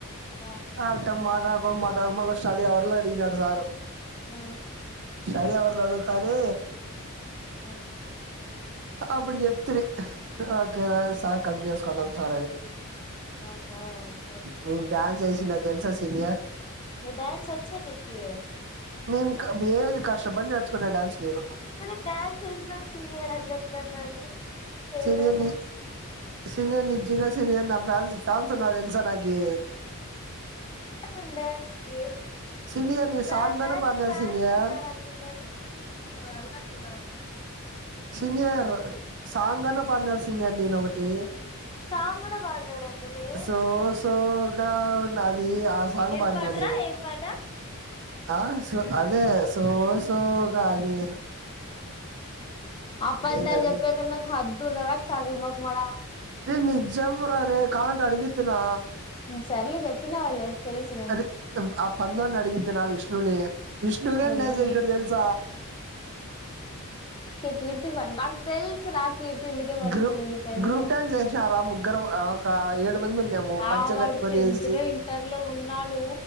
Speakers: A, on the left; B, on the right.
A: ఆ
B: ఆట మాటక మాటకు మళ్ళ స్టడ అర్లా అడిగిన సారు
A: ఆ
B: స్టడీ అలడుగుతాది
A: మ్మ్
B: అప్పుడు చెప్తు ఓకేద సార్ కమితంటం సార్ అని
A: ఆహా గుడ్
B: నేను డ్యాన్స్ చేసిన తెలుసా సీనియర్
A: ను డాన్స్ వచ్చ నికి
B: నేన్ క వే కష్ట బడి నడ్చకుంట డాన్స్ నేను
A: మ డ్యాన్స్ ఎ యని చెతా మే పేరువళ
B: సీనియర్ ని
A: <inaudible>
B: సీనియర్ నిజంగా సీనియర్ నా ఫ్యాన్స్ ఫ్యాన్స్ ఉన్నారు తెలుసా నాకి
A: ఉండసి <unintelligible>
B: సీనియర్ నీ
A: మ
B: సాంగ్ అన్నా పాడిన
A: ఫన్స్
B: సీనియర్
A: ఉన్నారుర అంట <unintelligible> అ <unintelligible>
B: సనియ సాంగ్ అన్న పందాల సనియర్ నేను ఒకటి
A: సాంగ్ కూడా పాడినాడు అంటనే
B: సో సోగా న ఆసాంగ్
A: ఏం
B: పడిన
A: పాటరా
B: నేను
A: ఏం పాట
B: ఆహ్ అదే అదే సో సోగా అది
A: ఆపద్దాలు
B: ఏందది
A: చెప్పా కన్నా హద్దు ఉండాలా కర్రే మొఖామోద
B: ర నిజమురా రే కాలంట అడిగతి నా
A: సర్లే చెప్పినావులే తెలుసు గాని
B: అరి ఆ పందాని అడిగది నా విష్ణుని విష్ణు కంట
A: వద్దులే
B: ఇష్టడ తెస
A: కర్తి బన రా తెల్స్ రా కీర్తి ఇందుకే పడిపోయింది
B: గ్రూ
A: నీకని
B: గ్రూప్ డ్యాన్స్ చేసినారా ముగ్గురు ఒక ఏడు మంది ఉన్నాము
A: బా
B: పంచె
A: వాడుతూ
B: కట్టుకొని వేసి
A: ఎందులో ఇంటర్లో ఉన్నాడు